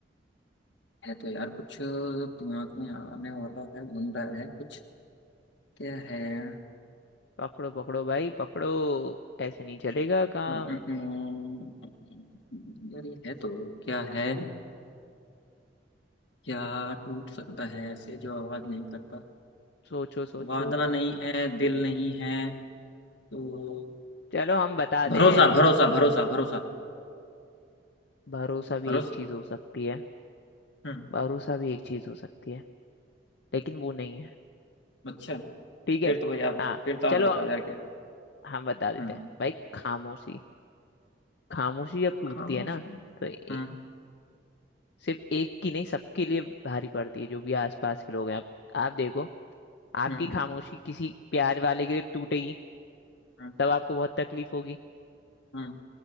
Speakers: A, on the left; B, on the left.
A: है तो यार कुछ दिमाग में आने वाला है घूम रहा है कुछ क्या है हम्म,
B: पकड़ो पकड़ो भाई पकड़ो ऐसे नहीं चलेगा काम
A: हम्म, हम्म, हम्म, हम्म, यार ये है तो क्या है क्या टूट सकता है ऐसे जो आवाज नहीं करता
B: सोचो सोचो
A: वादा नहीं है दिल नहीं है तो
B: चलो हम बता
A: भरोसा
B: दें
A: भरोसा भरोसा भरोसा
B: भरोसा
A: भरोसा
B: भी एक चीज हो सकती है
A: हम्म
B: भरोसा भी एक चीज हो सकती है लेकिन वो नहीं है
A: अच्छा
B: ठीक
A: फिर
B: है
A: तो भाई आप
B: हाँ
A: फिर तो आप
B: चलो
A: बताओ यार क्या है
B: हम बता देते
A: हम्म
B: हैं भाई खामोशी खामोशी जब टूटती
A: खामोश
B: है ना
A: हम्म
B: तो ए, सिर्फ एक की नहीं सबके लिए भारी पड़ती है जो भी आसपास के लोग हैं आप आप देखो आपकी
A: हम्म
B: खामोशी किसी प्यार वाले के लिए टूटेगी
A: हम्म
B: तब आपको बहुत तकलीफ होगी
A: हम्म,